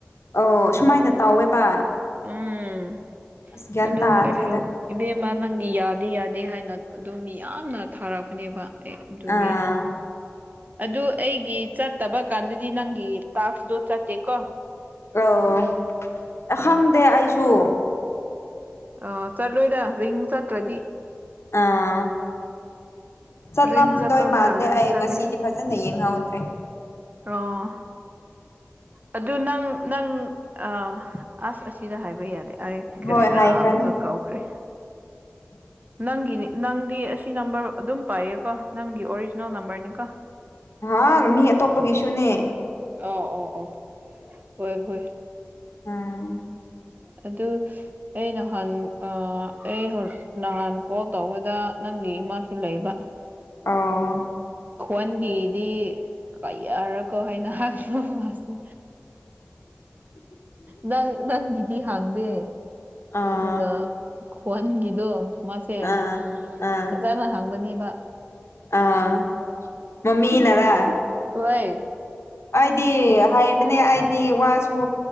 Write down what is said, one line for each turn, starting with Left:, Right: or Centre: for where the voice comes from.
Left: ꯑꯣ ꯑꯁꯨꯃꯥꯏꯅ ꯇꯧꯋꯦꯕ꯫
Right: ꯎꯝ
Left: ꯑꯁ ꯒ꯭ꯌꯥꯟ
Right: ꯑꯗꯨ
Left: ꯇꯥꯗ꯭ꯔꯦꯗ
Right: ꯃꯣꯏꯁꯨ꯫ ꯏꯕꯦꯝꯃ ꯅꯪꯒꯤ ꯌꯥꯗꯦ ꯌꯥꯗꯦ ꯍꯥꯏꯅ ꯑꯗꯨꯝ ꯃꯤ ꯌꯥꯝꯅ ꯊꯥꯔꯛꯄꯅꯦꯕ꯫ ꯑꯩ ꯑꯗꯨꯒꯤ꯫
Left: ꯑꯥ
Right: ꯑꯗꯨ ꯑꯩꯒꯤ ꯆꯠꯇꯕ ꯀꯥꯟꯗꯗꯤ ꯅꯪꯒꯤ ꯇꯥꯛꯁꯇꯣ ꯆꯠꯇꯦꯀꯣ꯫
Left: ꯑꯧ
Right: ꯎꯝ
Left: ꯈꯪꯗꯦ ꯑꯩꯁꯨ꯫
Right: ꯑ ꯆꯠꯂꯣꯏꯗ ꯔꯤꯡ ꯆꯠꯇ꯭ꯔꯗꯤ꯫
Left: ꯑꯥ ꯆꯠꯂꯝꯗꯣꯏ
Right: ꯔꯤꯡ ꯆꯠꯄ ꯃꯇꯝꯗꯗꯤ
Left: ꯃꯥꯟꯗꯦ ꯑꯩ
Right: ꯆꯠꯂꯦ
Left: ꯉꯁꯤꯗꯤ꯫ ꯐꯖꯅ ꯌꯦꯡꯍꯧꯗ꯭ꯔꯦ꯫
Right: ꯑꯣ ꯑꯗꯨ ꯅꯪ ꯅꯪ꯫ ꯑꯧ ꯑꯁ ꯑꯁꯤꯗ ꯍꯥꯏꯕ ꯌꯥꯗꯦ ꯑꯩ ꯀꯔꯤꯔꯥ
Left: ꯍꯣꯏ ꯍꯥꯏꯈ꯭ꯔꯅꯨ
Right: ꯑꯃꯨꯛꯀ ꯀꯧꯈ꯭ꯔꯦ꯫
Left: <inaudible>
Right: ꯅꯪꯒꯤꯅꯤ ꯅꯪꯗꯤ ꯑꯁꯤ ꯅꯝꯕꯔ ꯑꯗꯨꯝ ꯄꯥꯏꯌꯦꯀꯣ ꯅꯪꯒꯤ ꯑꯣꯔꯤꯖꯤꯅꯦꯜ ꯅꯝꯕꯔꯅꯤꯀꯣ꯫
Left: ꯍꯥ ꯃꯤ ꯑꯇꯣꯞꯄꯒꯤꯁꯨꯅꯦ꯫
Right: ꯑ ꯑꯣ ꯑꯣ ꯍꯣꯏ ꯍꯣꯏ꯫
Left: ꯎꯝ꯫
Right: ꯑꯗꯨ ꯑꯩ ꯅꯍꯥꯟ ꯑ ꯑꯩ ꯅꯍꯥꯟ ꯀꯣꯜ ꯇꯧꯕꯗ ꯅꯪꯒꯤ ꯏꯃꯥꯁꯨ ꯂꯩꯕ꯫
Left: ꯑꯧ꯫
Right: ꯈꯣꯟꯒꯤꯗꯤ ꯀꯩꯌꯥꯔꯀ ꯍꯥꯏꯅ ꯍꯪꯉꯕ ꯃꯥꯁꯦ
Left: ꯎ <unintelligible>
Right: ꯅꯪ ꯅꯪꯒꯤꯗꯤ ꯍꯥꯡꯗꯦ
Left: ꯑꯥ
Right: ꯑꯗꯨꯒ ꯈꯣꯟꯒꯤꯗꯣ ꯃꯥꯁꯦ
Left: ꯑꯥ ꯑꯥ
Right: ꯐꯖꯅ ꯍꯥꯡꯕꯅꯦꯕ
Left: ꯑꯥ ꯃꯃꯤꯅꯔꯥ
Right: ꯍꯣꯏ
Left: ꯑꯩꯗꯤ ꯍꯥꯏꯕꯅꯦ ꯑꯩꯗꯤ ꯋꯥꯁꯨ